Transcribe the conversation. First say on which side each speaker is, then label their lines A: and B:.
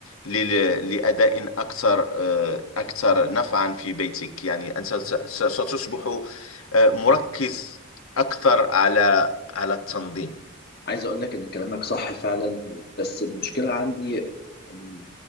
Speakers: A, on the left; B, on the left.
A: لل- لأداء أكثر آه، أكثر نفعا في بيتك يعني أنت س- س- ستصبح آه، مركز أكثر على على التنظيم
B: عايز اقول لك ان كلامك صح فعلا بس المشكله
A: مهم.
B: عندي ان